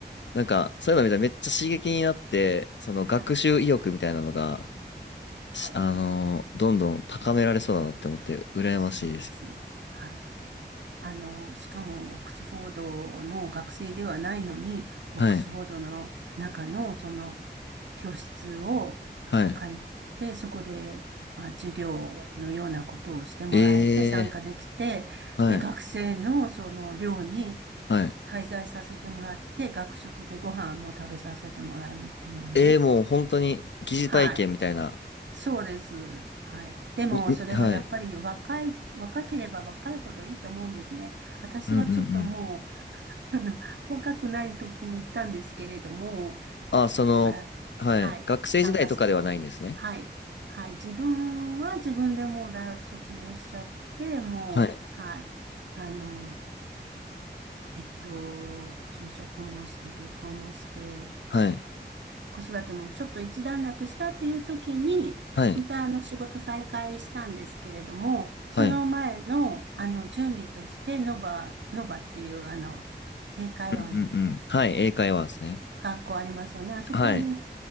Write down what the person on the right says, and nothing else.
はい。はい。
そうですね。はい。あの、しかもオックスフォードの学生ではないのに、オックスフォードの中のその
教室を借りて、
そこで、まあ、授業のようなことをしてもらえて参加できて、
で、学生のその寮に
滞在させてもらって、学食でご飯も食べさせてもらえるっていうの。
はい。そうです。はい。でも、
それはやっぱり若い、
若ければ若いほどいいと思うんですね。私はちょっとも
う、<laughs> あの若くない時に行ったんですけれども、
だから、
はい、
参加した時に、はい、はい、自分は自分でもう大学卒業しちゃって、もう、
はい、あの、えっと、就職もして、結婚もして、
子育てもちょっと一段落したっていう時に、
またあの仕事再開したんですけれども、
その前のあの準備として、ノバ、ノバっていうあの、英会話の
学校ありますよね。あそこに